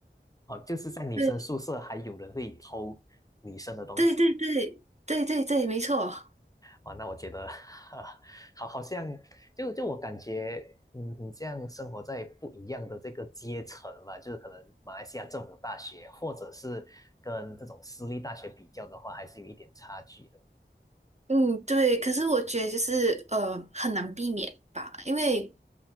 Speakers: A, on the left; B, on the right.
A: 哦，就是在女生宿舍还有人会偷女生的东西，
B: 对。对对对对对对，没错。
A: 哇，那我觉得，啊，好，好像就就我感觉，嗯，你这样生活在不一样的这个阶层吧，就是可能马来西亚政府大学，或者是跟这种私立大学比较的话，还是有一点差距的。
B: 嗯，对。可是我觉得就是呃，很难避免吧，因为